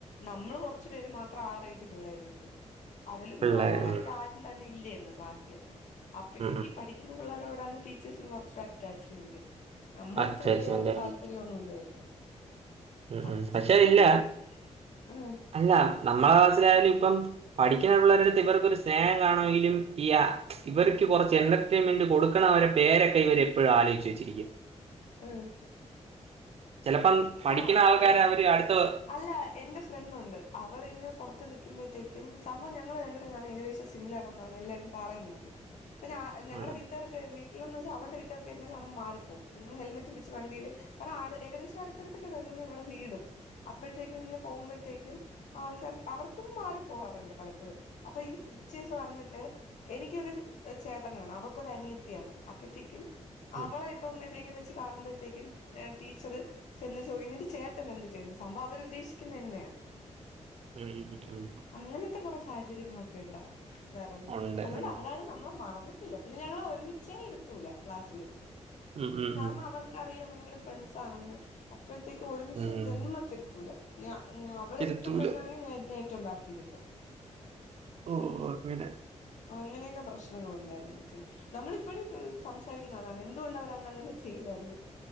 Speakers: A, on the left; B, on the right.
A: നമ്മള് കാെറച്ചു പേര് മാത്രം ആവറേജ് പിള്ളേരുണ്ട് അതിലും
B: പിള്ളേര്
A: ലോവറായിട്ട്
B: ഉം ഉം
A: ആരും തന്നെ ഇല്ലേര്ന്നു ക്ലാസ്സ്ല് അപ്പഴ്ത്തേക്ക്
B: ഉം
A: പഠി ക്ക്ന്ന പിള്ളേരോടാണ് ടീച്ചേഴ്സിന് കാെറച്ച് അറ്റാച്ച്മെന്റ് നമ്മളട്ത്ത്
B: അച്ചച്ചന്റെ
A: വെലിയ താല്പര്യ
B: ഉം
A: ഒന്നുംഇല്ലേര്ന്നു
B: ഉം
A: അപ്പം
B: ഉം പക്ഷെ ഇല്ല
A: അങ്ങനെ ആഹ്
B: അല്ല നമ്മളെ ക്ലാസ്സിലായാലും ഇപ്പം പഠിക്ക്ന് പിള്ളേരെട്ത്ത് ഇവർക്കൊരു സ്നേഹം കാണുവെങ്കിലും ഈ ആ ഇവർക്ക് കാെറച്ച് എന്റർടൈൻമെന്റ് കൊടുക്കണവരെ പേരെക്കെ ഇവര് എപ്പഴും ആലോയിച്ചു വെച്ചിരിക്കും
A: ഉം
B: ചെലപ്പം പഠിക്ക്ന്ന
A: ആ
B: ആൾക്കാരെ അവര് അട്ത്തതോ
A: അല്ല എന്റെ ഫ്രണ്ടുംഉണ്ട് അവളിങ്ങനെ പാെറത്ത് നിക്കുമ്പഴ്ത്തേക്കും സമ്പവം ഞങ്ങളെ രണ്ടുപേരും കാണാൻ ഏകദേശം സിമിലർ എന്നാണ് എല്ലവരും പറയുന്നത് ഇപ്പ ഞാ ഞങ്ങൾടെ
B: ഉം
A: വീട്ടുകാർ അതെ വീട്ട്ലെന്നാവെച്ചാ അവൾടെ വീട്ട്കാർക്ക് എന്നെ കാണുമ്പൊ മാറിപ്പോവും ഞങ്ങള് ഹെൽമറ്റും വെച്ച് വണ്ടിയില് ഒരാട് ഏകദേശം അട്ത്തട്ത്തെക്കെ തന്നെ ഞങ്ങളടെ വീടും അപ്പഴ്ത്തേക്കും ഇങ്ങനെ പോവുമ്പഴ്ത്തേക്കും ആൾക്കാർക്ക് അവർക്കും മാറി പോവാറ്ണ്ട് പലപ്പഴും അപ്പൊ ഈ ടീച്ചേഴ്സ് വന്ന്ട്ട് എനിക്കൊരു ചേട്ടനാണ് അവക്കൊരു അനിയത്തിയാണ് അപ്പഴ്ത്തേക്കും
B: ഉം
A: അവളായി ഇപ്പം എവിടെയങ്കിലും വെച്ച് കാണുമ്പഴ്ത്തേക്കും ഏഹ് ടീച്ചറ് ചെന്ന് ചോദിക്കും നിന്റെ ചേട്ടൻ എന്ത് ചെയ്യുന്നു സംഭവം അവര് ഉദ്ദേശിക്കുന്നത് എന്നെയാ
B: ഉം ഉം ഉം ഉം
A: അങ്ങനത്തെ കാെറേ സാഹചര്യങ്ങളൊക്കെ ഉണ്ടാകാറുണ്ട്
B: ഉണ്ട്
A: അതുകൊണ്ട്
B: ഉം
A: അവരാരും നമ്മളെ മറന്ന് ട്ടില്ല പിന്നെ ഞങ്ങളെ ഒരുമിച്ചേ ഇരുത്തൂല ക്ലാസ്സില്
B: ഉം ഉം
A: കാരണം അവർ കറിയ ഭയങ്കര ഫ്രണ്ട്സാണെന്ന് അപ്പോഴത്തേക്ക് ഒരുമിച്ച്
B: ഉം ഉം
A: ജന്മ ഇര്ത്തൂല ഞ ഞ അവള
B: ഇരുത്തൂല
A: ഏറ്റവും ഫ്രണ്ടിലാണെങ്കിൽ ഞ ഞ ഏറ്റവും ബാക്കിലെത്തും
B: ഓ ഓ അങ്ങനെ
A: അങ്ങനെയൊക്കെ പ്രശ്നങ്ങൾ ഉണ്ടായിരുന്നിട്ടന് നമ്മളിപ്പോഴും സംസാരിക്കുന്ന അതാണ് എന്തുകൊണ്ട് അവർ അന്നങ്ങനെ ചെയ്തന്ന്